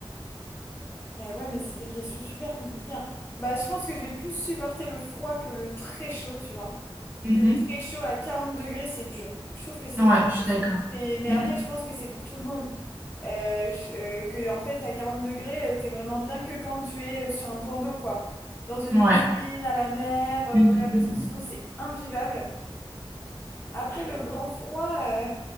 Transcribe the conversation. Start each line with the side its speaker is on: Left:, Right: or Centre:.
Left: Mais ouais, mais c'est des questions super compliquées. hein. Bah, je pense que je vais plus supporter le froid que le très chaud, tu vois.
Right: Mhm.
Left: Le très chaud à 40 degrés, c'est dur. Je trouve que c'est
Right: Ouais,
Left: vraiment
Right: je
Left: dur.
Right: suis d'accord.
Left: Et- Mais
Right: Mhm.
Left: après, je pense que c'est pour tout le monde. Euh, je- euh, que, en fait, à 40 degrés, euh, t'es vraiment bien que quand tu es euh, sur un point d'eau, quoi. Dans une
Right: Ouais.
Left: piscine, à la mer, euh,
Right: Mhm.
Left: voilà, parce que sinon, c'est invivable. Après le grand froid, euh,